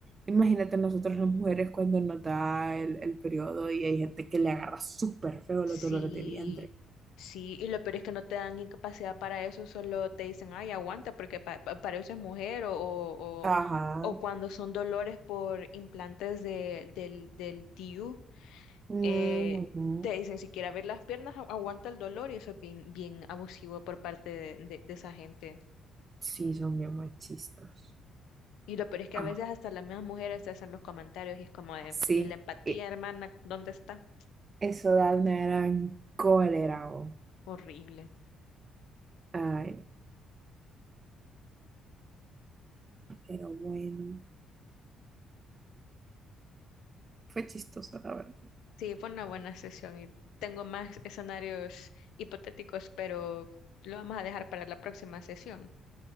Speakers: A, on the right; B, on the left.
A: imagínate nosotros las mujeres cuando nos da el, el periodo y hay gente que le agarra súper feo
B: Sí,
A: los dolores de vientre.
B: sí, y lo peor es que no te dan incapacidad para eso, solo te dicen, ay, aguanta, porque pa- pa- para eso es mujer, o, o,
A: Ajá.
B: o cuando son dolores por implantes de, del, del DIU,
A: Mm,
B: eh,
A: Ujú.
B: te dicen, si quieres abrir las piernas, agu- aguanta el dolor, y eso es bien, bien abusivo por parte de, de, de esa gente.
A: Sí, son bien machistas.
B: Y lo peor es que
A: Ah,
B: a veces hasta las mismas mujeres te hacen los comentarios y es como de,
A: sí,
B: ¿y la empatía,
A: y
B: hermana, dónde está?
A: eso da una gran cólera. oh.
B: Horrible.
A: Ay, pero bueno, fue chistoso, la verdad.
B: Sí, fue una buena sesión y tengo más escenarios hipotéticos, pero lo vamos a dejar para la próxima sesión.